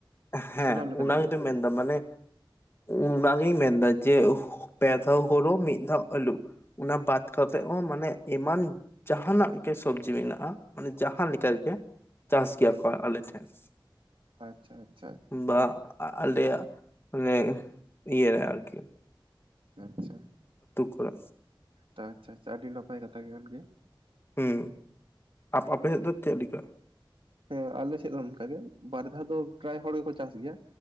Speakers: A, on the left (about 30°); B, on the right (about 80°).
A: ᱦᱮᱸ
B: ᱥᱟᱱᱟᱢ ᱞᱮᱠᱟᱱᱟᱜ
A: ᱚᱱᱟ ᱜᱮᱛᱚᱧ
B: ᱜᱮ?
A: ᱢᱮᱱᱫᱟ᱾ ᱢᱟᱱᱮ ᱚᱱᱟᱜᱤᱧ ᱢᱮᱱᱫᱟ ᱡᱮ, ᱯᱮ ᱫᱷᱟᱣ ᱦᱳᱲᱳ ᱢᱤᱫ ᱫᱷᱟᱣ ᱟᱹᱞᱩ᱾ ᱚᱱᱟ ᱵᱟᱫ ᱠᱟᱛᱮᱜ ᱦᱚᱸ ᱢᱟᱱᱮ ᱮᱢᱟᱱ ᱡᱟᱦᱟᱱᱟᱜ ᱜᱮ ᱥᱚᱵᱡᱤ ᱢᱮᱱᱟᱜᱼᱟ ᱢᱟᱱᱮ ᱡᱟᱦᱟᱸ ᱞᱮᱠᱟᱱᱟᱜ ᱜᱮ ᱪᱟᱥ ᱜᱮᱭᱟ ᱠᱚ ᱟᱞᱮ ᱴᱷᱮᱱ ᱾
B: ᱟᱪᱪᱷᱟ ᱟᱪᱷ
A: ᱵᱟ ᱟᱞᱮᱭᱟᱜ ᱞᱮ ᱤᱭᱟᱹ ᱨᱮ ᱟᱨᱠᱤ ᱾
B: ᱟᱪᱪᱷᱟ
A: ᱠᱚᱨᱮ
B: ᱛ ᱪᱷᱟ ᱪᱷᱟ ᱟᱹᱰᱤ ᱱᱟᱯᱟᱭ ᱠᱟᱛᱷᱟ ᱜᱮ ᱠᱟᱱ ᱜᱮᱭᱟ ᱾
A: ᱦᱩᱸ ᱟᱯᱮᱥᱮᱫ ᱫᱚ ᱪᱮᱫ ᱞᱮᱠᱟ?
B: ᱦᱮᱸ ᱟᱞᱮ ᱥᱮᱫ ᱦᱚᱸ ᱚᱱᱠᱟᱜᱮ ᱵᱟᱨ ᱫᱷᱟᱣ ᱫᱚ ᱯᱨᱟᱭ ᱦᱚᱲ ᱜᱮᱠᱚ ᱪᱟᱥ ᱜᱮᱭᱟ